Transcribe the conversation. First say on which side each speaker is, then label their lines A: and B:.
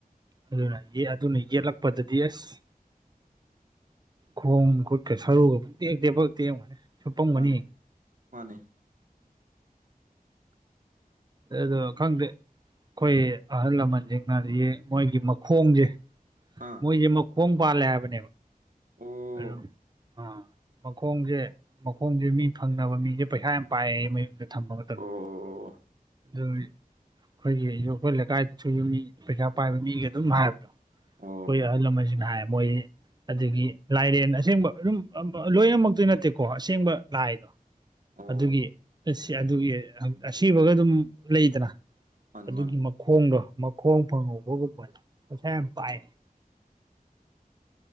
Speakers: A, on the right; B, on the right.
A: ꯑꯗꯨꯅ ꯑꯗꯨꯅ ꯌꯦꯛꯂꯛꯄꯗꯗꯤ ꯑꯁ ꯈꯣꯡ ꯈꯨꯠꯀ ꯁꯔꯨꯒ ꯄꯨꯡꯇꯦꯛꯇꯦꯐꯥꯎ ꯇꯦꯛꯑꯝꯒꯅꯤ ꯁꯨꯞꯄꯝꯒꯅꯤ
B: ꯃꯥꯅꯦ ꯃꯥꯅꯦ
A: ꯑꯗꯣ ꯈꯪꯗꯦ ꯑꯩꯈꯣꯏ ꯑꯍꯜ ꯂꯃꯟꯁꯤꯡꯅꯖꯤ ꯃꯣꯏꯒꯤ ꯃꯈꯣꯡꯖꯦ
B: ꯑꯥ
A: ꯃꯣꯏꯖꯦ ꯃꯈꯣꯡ ꯄꯥꯜꯂꯦ ꯍꯥꯏꯕꯅꯦꯕ
B: ꯑꯣ
A: ꯑꯗꯨꯝ ꯑꯥ ꯃꯈꯣꯡꯖꯦ ꯃꯈꯣꯡꯖꯦ ꯃꯤ ꯐꯪꯅꯕ ꯃꯤꯁꯦ ꯄꯩꯁꯥ ꯌꯥꯝ ꯄꯥꯏꯌꯦ ꯃꯌꯨꯝꯗ ꯊꯝꯕ ꯃꯇꯝꯗ
B: ꯑꯣ
A: ꯑꯗꯨꯏ ꯑꯩꯈꯣꯏꯒꯤ ꯑꯩꯈꯣꯏ ꯂꯩꯀꯥꯏꯗꯁꯨ ꯌꯨꯝ ꯃꯤ ꯄꯩꯁꯥ ꯄꯥꯏꯕ ꯃꯤꯒꯤ ꯑꯗꯨꯝ ꯍꯥꯏꯕꯗꯣ ꯑꯩꯈꯣꯏ
B: ꯑꯣ
A: ꯑꯍꯜ ꯂꯃꯟꯁꯤꯡꯅ ꯍꯥꯏ ꯃꯣꯏꯗꯤ ꯑꯗꯨꯒꯤ ꯂꯥꯏꯔꯦꯟ ꯑꯁꯦꯡꯕ ꯑꯗꯨꯝ ꯂꯣꯏꯅꯃꯛꯇꯤ ꯅꯠꯇꯦꯀꯣ ꯑꯁꯦꯡꯕ ꯂꯥꯏꯗꯣ
B: ꯑꯣ
A: ꯑꯗꯨꯒꯤ ꯑꯗꯨꯒꯤ ꯑꯁꯤꯕꯒ ꯑꯗꯨꯝ ꯂꯩꯗꯅ
B: ꯃꯥꯅꯤ
A: ꯑꯗꯨꯒꯤ
B: ꯃꯥꯅꯤ
A: ꯃꯈꯣꯡꯗꯣ ꯃꯈꯣꯡ ꯐꯪꯍꯧꯕꯒꯨꯝꯕꯗ ꯄꯩꯁꯥ ꯌꯥꯝ ꯄꯥꯏꯌꯦ